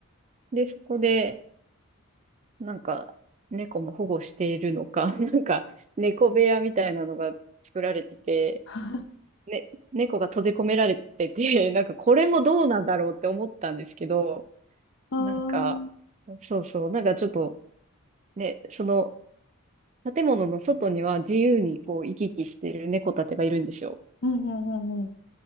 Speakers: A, on the right (about 30°); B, on the left (about 55°).
A: で、そこで、なんか、猫も保護しているのか、<laughs> なんか、猫部屋みたいなのが作られてて、
B: <laughs>。
A: ね、猫が閉じ込められてて、<laughs> なんか、これもどうなんだろうって思ったんですけど、
B: あー
A: なんか、そうそう、なんかちょっと、ね、その、建物の外には自由にこう行き来してる猫たちがいるんですよ。
B: うんうんうんうん